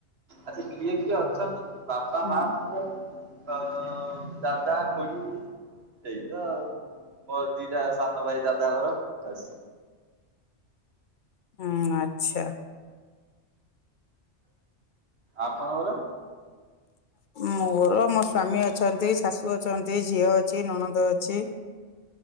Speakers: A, on the right; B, on the left.
A: ଆଚ୍ଛା କିଏ କିଏ ଅଛନ୍ତି ବାପା,
B: ହୁଁ।
A: ମା, ମୁ। ଅ ଦାଦା, ଖୁଡ଼ି। ସେଇତ ମୋର ଦିଟା ସାନ ଭାଇ ଦାଦାଙ୍କର ବାସ୍।
B: ହୁଁ ଆଚ୍ଛା।
A: ଆପଣଙ୍କର?
B: ମୋର ମୋ ସ୍ଵାମୀ ଅଛନ୍ତି ଶାଶୁ ଅଛନ୍ତି ଝିଅ ଅଛି ନଣନ୍ଦ ଅଛି।